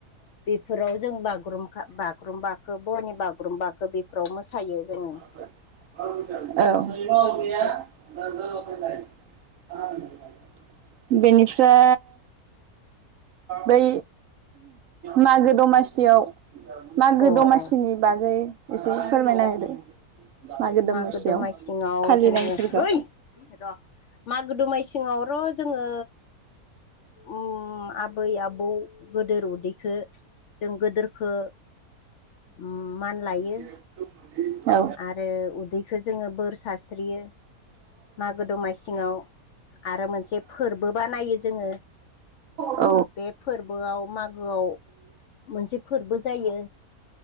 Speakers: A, on the left (about 65°); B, on the right (about 70°).
A: बेफोराव जों बागुरुम खा बागुरुम्बाखौ बर-नि बागुरूम बाखौ बेफोराव मोसायो जोङो
B: औ
A: बिदि
B: <unintelligible> बेनिफ्राय बै मागो-दमासियाव मागो-दमासिनि
A: अ अ
B: बागै एसे फोरमायना होदो मागो दमासियाव
A: मागो-दमासिङाव
B: फालिनायफोरखौ
A: जोंङो र' मागो दुमासिङाव र' जोङो ओम आबै-आबौ गोदोर उन्दैखौ जों गोदोरखौ उम मान लायो
B: औ औ
A: आरो उन्दैखौ जोङो बोर सारस्रियो मागो-दमासिङाव आरो मोनसे फोरबो बानायो जोंङो
B: औ
A: बे फोरबोआव मागोआव मोनसे फोरबो जायो